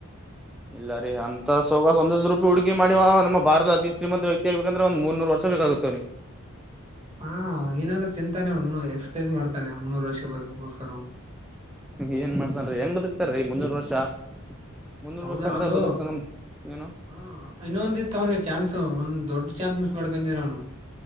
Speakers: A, in the centre; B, on the right.
A: ಇಲ್ಲ ರೀ ಅಂತ ಸ ಸ್ವೊ್ ರೂಪಾಯಿ ಹುಡುಕಿ ಮಾಡಿ ನಮ್ಮ ಭಾರದ ಅತಿ ಶ್ರೀಮಂತ ವ್ಯಕ್ತಿಗ್ಬೇಕಂದ್ರೆ ಒಂದ ಮೂರ್ರು ವರ್ಷ <unintelligible> ೇಕಾಗುತ್ತೇಿ
B: ಹಾ ಏನಾದ್ರೆ ಚಿಂತತಾನೆ ಅವನು ಎಕ್ಸಸೈಸ್ ಮಾಡ್ತಾನೆ ಮುನ್ನೂರು ವರ್ಷ ಬದುಕೋಸ್ಕರ ಅವನು <unintelligible>
A: ಏನ್ ಮಾಡ್ತನ್ೀ ಹೆಂಗ್ದಿಕ್ತಾರೀ ಮುನ್ನೂರು ವರ್ಷ <unintelligible> ಮುನ್ನೂರ್
B: ಹೌದಾ
A: ವರ್ಷ ಅಂತ
B: ಅದು
A: ಬದುಕ್ತಾನ ಏನು
B: ಹೂ ಇನ್ನೊಂದಿತ್ತು <unintelligible> ಅವನಿಗೆ ಚಾನ್ ಒಂದ್ ದೊಡ್ ಚಾನ್ಸ್ ಮಿಸ್ ಮಾಡ್ಕೊಂಡ ಅವ್ನು <unintelligible>